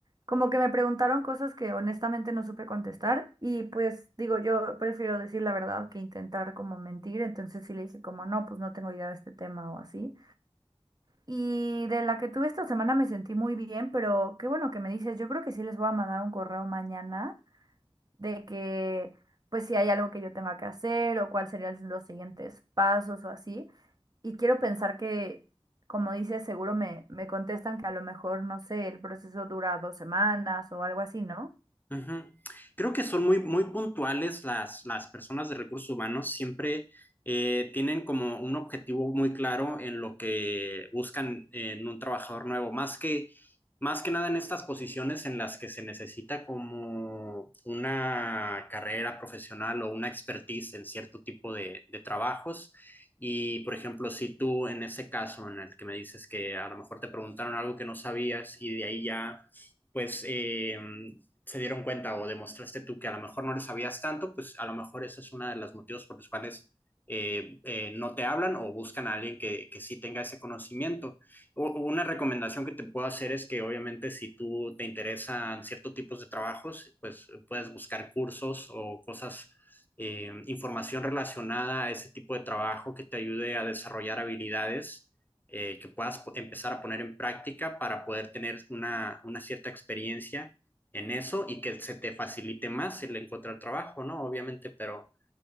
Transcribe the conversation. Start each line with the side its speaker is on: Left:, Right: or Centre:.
Right: como que me preguntaron cosas que honestamente no supe contestar y pues digo, yo prefiero decir la verdad que intentar como mentir, entonces sí le dije como, no, pues no tengo idea de este tema o así. Y de la que tuve esta semana me sentí muy bien, pero qué bueno que me dices, yo creo que sí les voy a mandar un correo mañana de que pues si hay algo que yo tenga que hacer o cuáles serían los siguientes pasos o así. Y quiero pensar que, como dices, seguro me, me contestan que a lo mejor, no sé, el proceso dura dos semanas o algo así, ¿no?
Left: Ujú. Creo que son muy, muy puntuales las, las personas de recursos humanos, siempre eh, tienen como un objetivo muy claro en lo que buscan en un trabajador nuevo, más que, más que nada en estas posiciones en las que se necesita como una carrera profesional o una expertise en cierto tipo de, de trabajos. Y, por ejemplo, si tú en ese caso en el que me dices que a lo mejor te preguntaron algo que no sabías y de ahí ya pues eh, se dieron cuenta o demostraste tú que a lo mejor no les sabías tanto, pues a lo mejor ese es uno de los motivos por los cuales eh, eh, no te hablan o buscan a alguien que, que sí tenga ese conocimiento. O, o una recomendación que te puedo hacer es que obviamente si tú te interesan ciertos tipos de trabajos, pues puedes buscar cursos o cosas, eh, información relacionada a ese tipo de trabajo que te ayude a desarrollar habilidades. Eh, que puedas empezar a poner en práctica para poder tener una, una cierta experiencia en eso y que se te facilite más el encontrar trabajo, ¿no? Obviamente, pero,